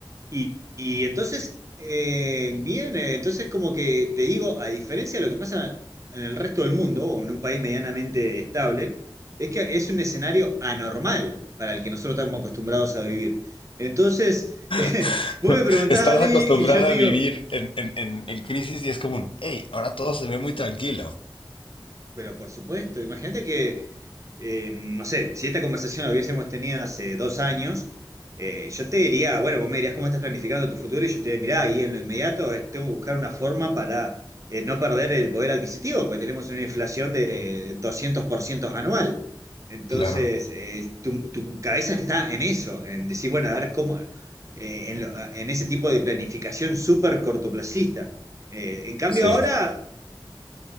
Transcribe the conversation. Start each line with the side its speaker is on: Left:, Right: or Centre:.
Right: Y, y entonces, eh, bien, eh, entonces como que te digo, a diferencia de lo que pasa en el resto del mundo o en un país medianamente estable, es que es un escenario anormal para el que nosotros estamos acostumbrados a vivir. Entonces, <laughs>
Left: <laughs>
Right: vos me preguntás
Left: Estás
Right: a mí
Left: acostumbrado
Right: y yo
Left: a
Right: te
Left: vivir
Right: digo,
Left: en, en, en, en crisis y es como un, hey, ahora todo se ve muy tranquilo.
Right: Pero por supuesto, imagínate que, eh, no sé, si esta conversación la hubiésemos tenido hace dos años, eh, yo te diría, bueno, vos me dirías cómo estás planificando tu futuro y yo te diría, mirá, ahí en lo inmediato eh, tengo que buscar una forma para eh, no perder el poder adquisitivo, porque tenemos una inflación de 200% anual. Entonces,
Left: Claro.
Right: eh, tu, tu cabeza está en eso, en decir, bueno, a ver cómo, eh, en, lo- en ese tipo de planificación súper cortoplacista. Eh, en cambio,
Left: Sí.
Right: ahora